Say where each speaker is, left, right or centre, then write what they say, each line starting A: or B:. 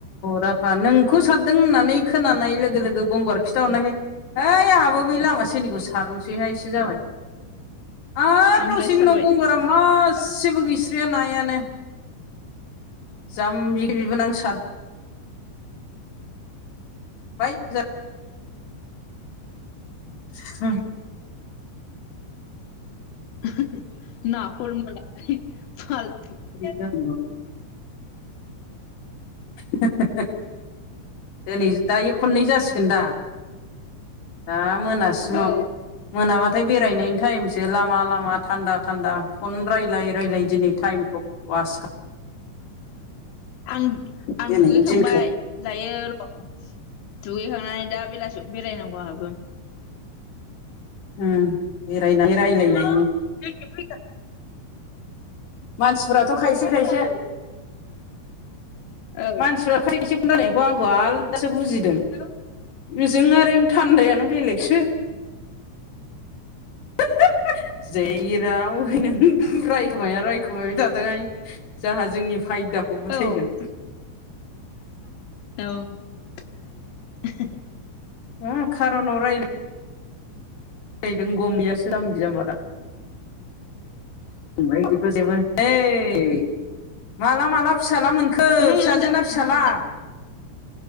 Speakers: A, on the left; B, on the left.
A: राभा नोंखौ सारदों होननानै खोनानाय लोगो लोगो गंगार खिथाहरनायखाय ओइ आंहाबो बै लामा सेरनिखौ सारनोसैहाय एसे जाबाय। आरो
B: ओमफ्राय
A: द' सिनि
B: सारबाय
A: उनाव गंगार गा मासेबो गैस्राया नायानो <inaudible> जामबि बिबोनां सा बाय जा <inaudible> सां
B: ओहोम ओम नाखौनो मोनाखै फाल्टु
A: <unintelligible> हो होहो दिनै दायो खननै जासिगोन दा? दा मोनासिमाव।
B: औ
A: मोनाबाथाय बेरायनायनि टाइमसो लामा लामा थान्दा थान्दा फन रायलाय रायलाय दिनै टाइमखौ वास खा
B: आं आं
A: दिनैनि
B: दुगैखांबाय
A: दिनखौ
B: दायो र' दुगैखांनानै दा बेलासि बेरायनांगौ आंहाबो।
A: होम बेरायनाय रायलायनि
B: <unintelligible>
A: मानसिफ्राथ' खायसे खायसे
B: औ
A: मानसिफ्रा खायसे खायसे रायनायखौ आंखौ आलदासो बुजिदों <inaudible> ओजों आरो थान्दायानो बेलेगसो। ओहोहो जेराव हैनों रायखोमाया हाय। खोमाबाय थाथोंहाय जोंहा जोंनि फायदाखौ
B: औ
A: उथायगोन।
B: औ दों <inaudible>
A: मा खारनाव रायलाय फैदों गम गैया बे जामबि जाम्बा <inaudible> <unintelligible> ओइ माला माला फिसाला मोनख खो
B: ओं
A: फिसाजो‌
B: जाबाय
A: ना फिसाला?
B: नै